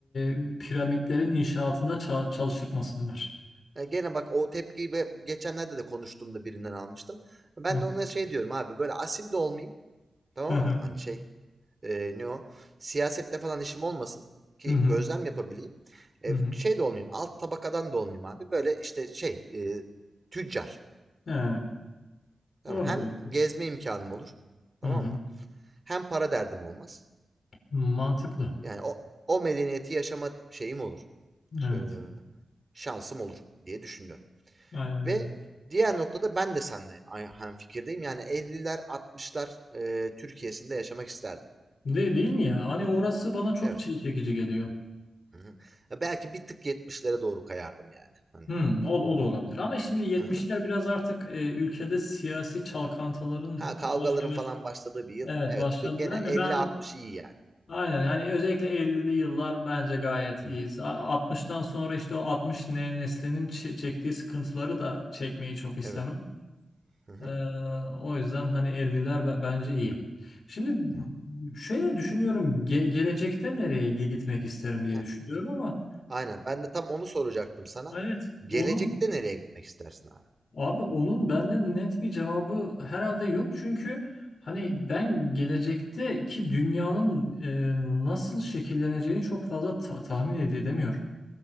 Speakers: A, on the left; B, on the right.
A: e, piramitlerin inşaatında ça- çalıştırtmasınlar.
B: eee, gene bak o tepkiyi be geçenlerde de konuştuğumda birinden almıştım. Ben
A: Hı hı.
B: de ona şey diyorum abi, böyle asil de olmayayım, tamam
A: Hı hı.
B: mı? Hani şey, eee, ne o? Siyasetle falan işim olmasın ki
A: Hı hı.
B: gözlem yapabileyim. Eee,
A: Hı hı.
B: şey de olmayayım, alt tabakadan da olmayayım abi. Böyle işte şey, eee, tüccar.
A: Evet.
B: Tamam.
A: Doğru
B: Hem
A: diyorsun.
B: gezme imkanım olur. Tamam
A: Hı hı.
B: mı? Hem para derdim olmaz.
A: Mantıklı.
B: Yani o, o medeniyeti yaşama şeyim olur.
A: Evet.
B: Ee, şansım olur diye düşünüyorum.
A: Aynen
B: Ve
A: öyle.
B: diğer noktada ben de seninle aynı fikirdeyim. Yani 50'ler 60'lar e, Türkiye'sinde yaşamak isterdim.
A: De değil mi ya? Hani orası bana çok
B: Evet.
A: şey çekici geliyor.
B: Hı hı. Ya Belki bir tık 70'lere doğru kayardım yani. Hani.
A: Hmm, o, o da olabilir. Ama şimdi 70'ler
B: Hı hı.
A: biraz artık e, ülkede siyasi çalkantıların
B: Ha kavgaların
A: yavaş yavaş
B: falan başladığı bir yıl.
A: evet
B: Evet.
A: başladı
B: bir- Gene
A: değil
B: 50-60
A: mi? Ben
B: iyi yani.
A: aynen yani özellikle 50'li yıllar bence gayet
B: Hı
A: iyi.
B: hı.
A: A- 60'tan sonra işte o 60 ne, neslinin çe- çektiği sıkıntıları da çekmeyi çok istemem.
B: Evet. Hı hı.
A: Ee, o yüzden hani 50'ler be- bence iyi. Şimdi
B: Evet.
A: şöyle düşünüyorum ge- gelecekte nereye ge- gitmek isterim diye
B: Heh.
A: düşünüyorum ama
B: Aynen. Ben de tam onu soracaktım sana.
A: evet
B: Gelecekte
A: onu
B: nereye gitmek istersin abi?
A: Abi onun benden net bir cevabı herhalde yok çünkü hani ben gelecekteki dünyanın e, nasıl şekilleneceğini çok fazla ta- tahmin ede- edemiyorum.